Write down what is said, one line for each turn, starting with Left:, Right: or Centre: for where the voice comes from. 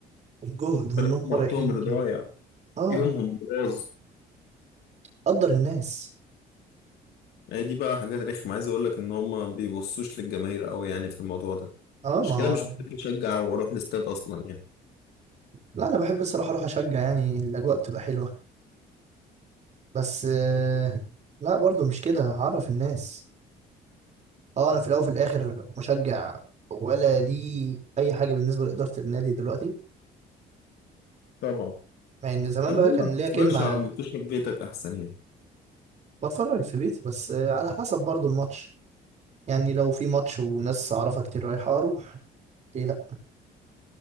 Right: الجهد وان
Left: فأنا هم
Right: هم
Left: وقتهم
Right: رايحين
Left: اللي
Right: جاي
Left: ضايع
Right: اه
Left: يومهم اللي باظ
Right: قدر الناس
Left: يعني دي بقى حاجات رخمة عايز أقول لك إن هم ما بيبصوش للجماهير أوي يعني في الموضوع ده
Right: اه
Left: مش
Right: ما
Left: كده مش بحب أشجع وأروح الاستاد أصلا يعني
Right: لا انا بحب الصراحه اروح اشجع يعني الاجواء بتبقى حلوه بس آه، لا برضو مش كده هعرف الناس اه انا في الاول وفي الاخر مشجع ولا لي اي حاجه بالنسبه لاداره النادي دلوقتي
Left: طبعا
Right: مع ان زمان
Left: طب
Right: بقى
Left: ليه
Right: كان
Left: ما بتتفرجش
Right: ليا كلمه على
Left: على الماتش
Right: ال...
Left: في بيتك أحسن يعني
Right: بتفرج في بيتي بس آه، على حسب برضو الماتش يعني لو في ماتش وناس اعرفها كتير رايحه اروح ليه لا